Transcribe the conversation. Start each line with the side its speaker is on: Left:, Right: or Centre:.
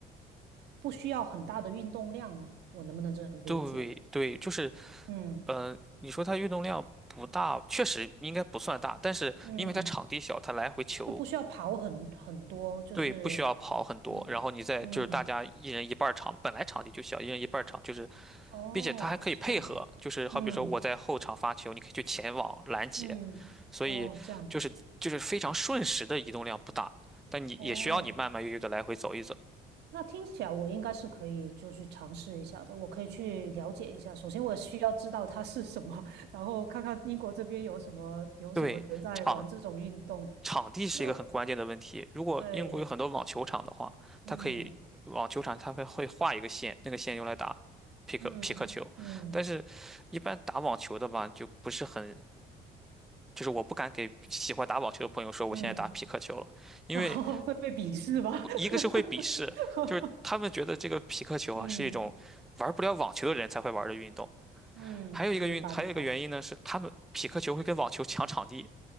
Right: 不需要很大的运动量，我能不能这么理解？
Centre: 对对，就是
Right: 嗯
Centre: 嗯，你说它运动量不大，确实应该不算大，但是因为它场地小，
Right: 嗯，
Centre: 它来回球
Right: 就不需要跑很很多，就是
Centre: 对不需要跑很多，
Right: 嗯嗯，
Centre: 然后你再就是大家一人一半儿场，本来场地就小，一人一半儿场就是，
Right: 哦，
Centre: 并且它还可以配合，
Right: 是这样，
Centre: 就是好比说我在后场发球，
Right: 嗯
Centre: 你可以去前网拦截，
Right: 嗯，
Centre: 所以就是就是非常瞬时的移动量不大，
Right: 哦，这样，
Centre: 但你也需要你慢慢悠悠的来回走一走。
Right: 哦。那听起来我应该是可以，就去尝试一下的。我可以去了解一下。首先，我需要知道它是什么，<laughs> 然后看看英国这边有什么有什么人在玩这种运动。
Centre: 对，场场地是一个很关键的问题。
Right: 对因为
Centre: 如果英国有很多网球场的话，
Right: 对，嗯
Centre: 它可以网球场它们会画一个线，那个线用来打匹克匹克球。
Right: 嗯嗯
Centre: 但是，一般打网球的吧，就不是很，就是我不敢给喜欢打网球的朋友说我现在打匹克球了，
Right: 嗯，
Centre: 因为
Right: 然后 <laughs> 会被鄙视吧？
Centre: 一个是会鄙视，
Right: <laughs>
Centre: 就是他们觉得这个匹克球啊是一种玩不了网球的人才会玩的运动。
Right: 嗯嗯，
Centre: 还有一个运，
Right: 明白明白。
Centre: 还有一个原因呢是他们匹克球会跟网球抢场地。